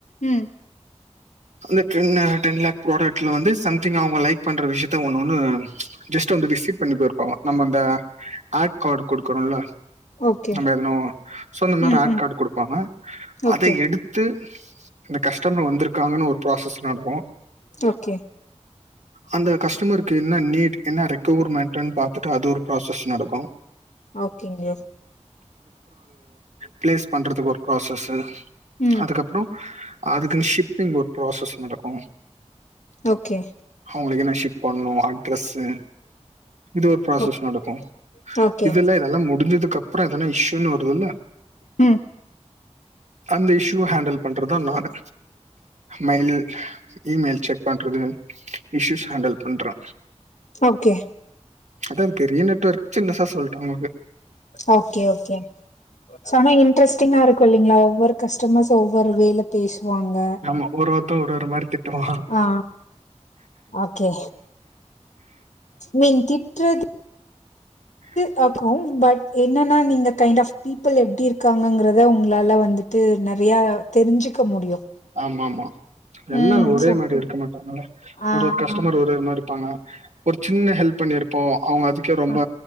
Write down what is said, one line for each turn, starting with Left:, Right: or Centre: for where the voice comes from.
Left: ம்.
Right: அந்த டென்ன டென் லேக் ப்ராடெக்ட்ல வந்து சம்திங் அவுங்க லைக் பண்ற விஷ்ய த்து ஒன்னு ஒன்னு ஜஸ்ட் வந்து விசிட் பண்ணி போய்ருப்பாங்க நம்ம அந்த ஆட் காடு குடுக்குறுல்ல
Left: ஓகே.
Right: நம்ம எதன சோ இந்த மாரி
Left: ம்,
Right: ஆட்
Left: ம்.
Right: காடு குடுப்பாங்க
Left: ஓகே.
Right: அத எடுத்து இந்த கஸ்டமர் வந்திருக்காங்கன் ஒரு ப்ராசஸ் நடக்கு
Left: ஓகே.
Right: அந்த கஸ்டமருக்கு என்ன நீட் என்ன ரெக்கவர்மெண்ட்டுன் பாத்துட்டு அது ஒரு ப்ராஸ்சஸ் நடக்கு
Left: ஓகேங்க
Right: ப்ளேஸ் பண்றதுக்கு ஒரு ப்ராஸ்சஸு
Left: ம்
Right: அதுக்கப்றோ அதுக்குனு ஷிப்பிங் ஒரு ப்ராஸ்சஸ் நடக்கு
Left: ஓகே
Right: அவங்குளுக்கு என்ன ஷிப் பண்ணூ அட்ரஸ்ஸு இது ஒரு ப்ராசஸ்
Left: ஓக்
Right: நடக்கூ
Left: ஓகே
Right: இதுல இதெல்லா முடிஞ்சதுக்கப்புறோ எதனா இஷ்யூன் வருதுல்ல
Left: ம்
Right: அந்த இஷ்யூவ ஹேண்டுல் பண்றதா நானு மயில் இ மெயில் செக் பண் ட்ருவே இஷுஸ் ஹேண்டல் பண்றா
Left: ஓகே
Right: அதா பெரிய நெட்ஒர்க் சின்னசா சொல்ட்டா உங்குக்கு
Left: ஓகே ஓகே சோ ஆனா இன்ட்ரெஸ்டிங்கா இருக்கூ இல்லிங்ளா ஒவ்வொர் கஸ்டமர்ஸு ஒவ்வொர் வேல பேஸ் சுவாங்க
Right: ஆமா ஒரு ஒருத்தன் ஒரு ஒரு மாதிரி திட்டுவான்
Left: ஆ ஓகே நீங் திட்றத்
Right: ஹ
Left: காக்கூ பட் என்னனா நீங்க கைன்ட் ஆஃப் பீபுள் எப்டி இருக்காங்கங்கிறத உங்களால வந்துட்டு ந வியா தெரிஞ்சுக்க முடியு
Right: ஆமாமா எல்லார்
Left: ம்
Right: ஒரே
Left: சோ
Right: மாரி இருக்க மாட்டாங்கல
Left: ஆ
Right: ஒர் ஒர் கஸ்டமர் ஒர் ஒர் மாரி பாங்க ஒரு சின்ன ஹெல்ப் பண்ணிருப்போ அவுங்க அதுக்கே ரொம்ப
Left: அ